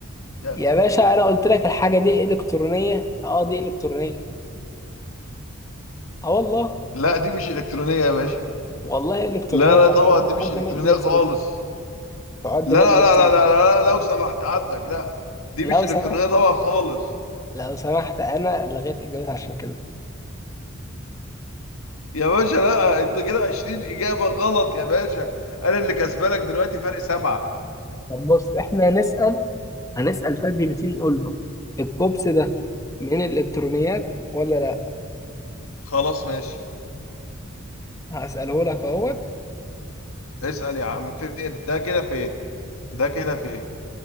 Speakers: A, on the left; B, on the left.
A: فيها؟
B: يا باشا انا قلت لك الحاجة دي الكترونية اه دي الكترونية اه والله
A: لا دي مش الكترونية يا باشا
B: والله الكترونية
A: لا لا
B: تع-
A: طبعا دي مش
B: تعد
A: الكترونية
B: من الالكترون
A: خالص
B: تعد
A: لا لا
B: من الالكترون
A: لا لا لا لا, لا لو سمحت عندك لا دي
B: لو
A: مش الكترونية
B: سمحت
A: طبعا خالص
B: لو سمحت انا لغيت اجابتي عشان كده
A: يا باشا لا انت كده 20 إجابة غلط يا باشا انا اللي كسبانك دلوقتي فرق سبعة
B: طب بص احنا هنسأل هنسأل شات جي بي تي نقول له الكوبس ده من الالكترونيات ولا لا
A: خلاص ماشي
B: هسأله لك اهوت
A: اسأل يا عم فين ده كده فين ده كده فين